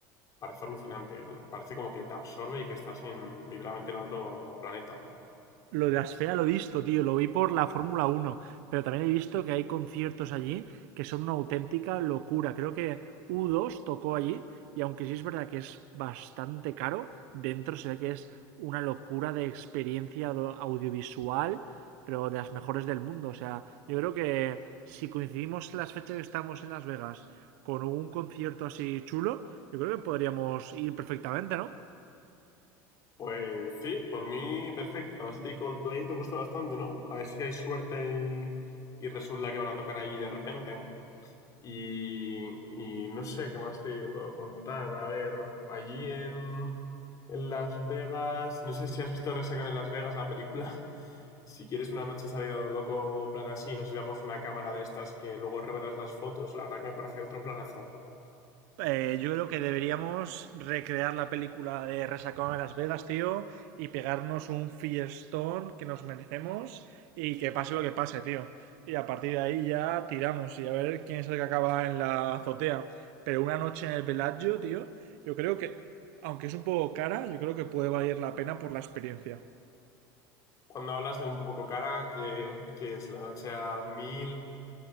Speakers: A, on the left; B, on the right.
A: parece alucinante, parece como que te absorbe y que estás en literalmente en otro planeta.
B: Lo de Asfera lo he visto, tío, lo vi por la Fórmula uno, pero también he visto que hay conciertos allí que son una auténtica locura. Creo que U2 tocó allí y aunque sí es verdad que es bastante caro, dentro se ve que es una locura de experiencia audio- audiovisual, pero de las mejores del mundo. O sea, yo creo que si coincidimos las fechas que estamos en Las Vegas con un concierto así chulo, yo creo que podríamos ir perfectamente, ¿no?
A: Pues sí, por mí perfecto. Además, a ti Coldplay te gusta bastante, ¿no? A ver si hay suerte y, y resulta que van a tocar allí de repente. Y, y no sé qué más te puedo contar. A ver, allí en, en Las Vegas, no sé si has visto Resaca en Las Vegas la película. <laughs> Si quieres una noche salir a lo loco, en plan así, nos llevamos una cámara de estas que luego revelas las fotos, la verdad que me parece otro planazo.
B: Eh, yo creo que deberíamos recrear la película de Resacón en Las Vegas, tío, y pegarnos un fiestón que nos merecemos y que pase lo que pase, tío. Y a partir de ahí ya tiramos y a ver quién es el que acaba en la azotea. Pero una noche en el Bellagio, tío, yo creo que, aunque es un poco cara, yo creo que puede valer la pena por la experiencia.
A: Cuando hablas de un poco cara, que, que es la noche a mil.